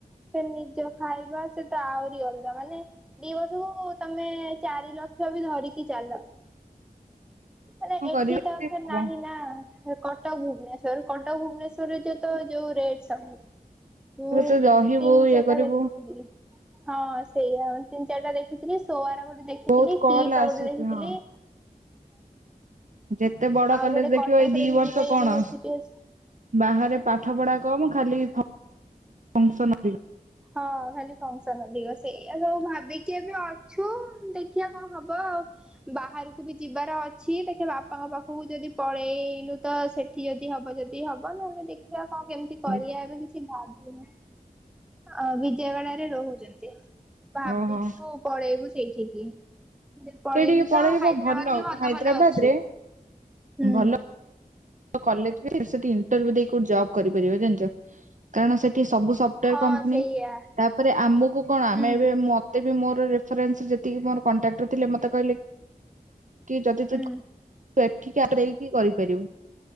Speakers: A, in the centre; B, on the right.
A: ଫରେ ନିଜ ଖାଇବା ସେ ତ ଆହୁରି ଅଲଗା ମାନେ ଦି ବର୍ଷକୁ ତମେ ଚାରି ଲକ୍ଷ ବି ଧରିକି ଚାଲ। ମନେ
B: କଣ
A: ଏଠି
B: କରିବ
A: ତ ଏତେ
B: ତାପରେ
A: ନାହିଁ ନା। କଟକ ଭୁବନେଶର କଟକ ଭୁବନେଶ୍ୱରରେ ଯୋଉ ତ ଯୋଉ ରେଡ ସବୁ। ମୁଁ
B: ତୁ
A: ତିନି
B: ରହିବୁ ଇଏ
A: ଚାରଟା
B: କରିବୁ
A: ଦେଖିଥିଲି। ହଁ ସେଇଆ, ମୁଁ ତିିନ ଚାରିଟା ଦେଖିଥିଲି ସୋଆର ଗୋଟେ ଦେଖୀ
B: ବହୁତ
A: ଦ୍ୱଖିଠିକି
B: କଲ ଆସୁଛି ହଁ ଯେତେ ବଡ କଲେଜ
A: ଗୋଟେ
B: ଦେଖିବ
A: କଟକରେ
B: ଏଇ ଦି
A: ବି
B: ବର୍ଷ
A: ଦିଟା
B: କଣ
A: ୟୁନିଭରସିଟି ଅଛି।
B: ବାହାରେ ପାଠ ପଢା କମ୍ ଖାଲି ଫୋନ ଫଙ୍କସନ ଅଧିକ।
A: ହଁ ଖାଲି ଫସନ ଅଧିକ। ସେଇ ସବୁ ଭାବିକି ଏବେ ଅଛୁ ଦେଖିବା କଣ ହବ ଆଉ। ବାହାରକୁ ବି ଯିବାର ଅଛି ଦେଖେ ବାପାଙ୍କ ପାଖକୁ ଯଦି ପଳେଇଲୁ ତ ସେ ଯଦି ହବ ଯଦି ହବ ନହେଲେ ଦେଖିବା କଣ କେମିତି
B: ଅଧିକ
A: କରିବା ଏବେ କିଛି ଭାବିନୂ। ଅ ବିଜୟଭାଡରେ ରହୁଛନ୍ତି ଭାବିଛୁ
B: ଓହୋ
A: ପଳେଇବୁ ସେଇଠିକି। ପଳେଇଲୁ
B: ସେଇଠିକି
A: ତ
B: ପଳେଇବ
A: ହାଇଦ୍ରାବାଦ
B: ଭଲ
A: ରେ <unintelligible>
B: ହାଇଦ୍ରାବାଦ
A: ଭଲ ଅଛି।
B: ରେ
A: ହୁଁ
B: ଭଲ କଲେଜ ସେଠି <unintelligible> ଦେଇ ଜବ କରିପାରିବ ଜାଣିଛ? କାରଣ ସେଠି ସବୁ <unintelligible>
A: ହଁ
B: କମ୍ପାନୀ
A: ସେଇଆ
B: ତାପରେ ଆମକୁ କଣ ଆମେ
A: ହୁଁ
B: ଏବେ ମତେ ବି ମୋର ରେଫରେନ୍ସ ଯେତିକି ମୋର କଣ୍ଟାକ୍ଟର ଥିଲେ ମତେ କହିଲେ କି ଯଦି
A: ହୁଁ
B: ତୁ ୁ ଏଠିକି ଆଡ଼େଇକି କରିପାରିବୁ